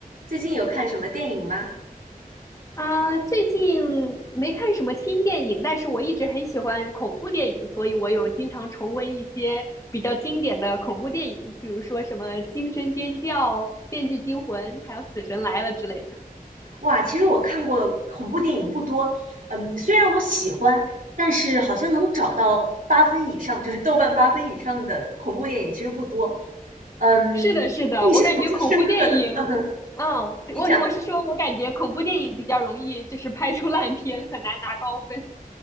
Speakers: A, on the right; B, on the left.
A: 最近有看什么电影吗？
B: 啊，最近没看什么新电影，但是我一直很喜欢恐怖电影，所以我有经常重温一些比较经典的恐怖电影，比如说什么《惊声尖叫》《电锯惊魂》，还有《死神来了》之类的。
A: 哇，其实我看过恐怖电影不多，嗯，虽然我喜欢，但是好像能找到八分以上，就是豆瓣八分以上的恐怖电影其实不多。嗯，
B: 是的，是的，
A: 印象最深刻的，
B: 我感觉恐怖电影，
A: 嗯哼，
B: 嗯，
A: 你讲，
B: 我我是说，我感觉恐怖电影比较容易就是拍出烂片，很难拿高分。